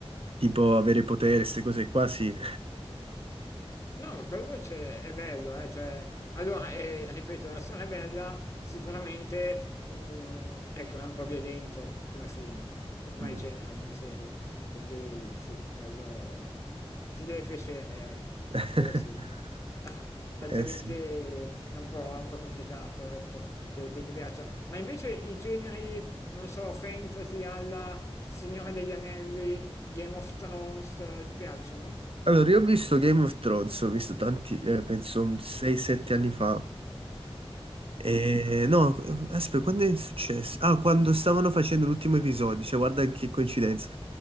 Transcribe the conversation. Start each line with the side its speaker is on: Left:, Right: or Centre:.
Right: tipo avere potere, queste cose qua, sì. <laughs>
Left: No, ma quello c'è- è bello, eh, cioè, allora, eh, ripeto, la storia è bella, sicuramente, mh, ecco, è un po' violento come film, come
Right: Mm.
Left: genere, come serie, quindi sì, quello ti deve piacere, ecco,
Right: <laughs>
Left: quello sì. <laughs> Altrimenti
Right: Eh sì.
Left: è un po', è un po' complicato, ecco, che, che ti piaccia. Ma invece i generi, non so, fantasy alla Signore degli Anelli, Game of Thrones, eh, ti piacciono?
Right: Allora, io ho visto Game of Thrones, ho visto tanti, eh, penso un 6-7 anni fa, Eh, no, aspetta, quando è successo? Ah, quando stavano facendo l'ultimo episodio, cioè guarda che coincidenza.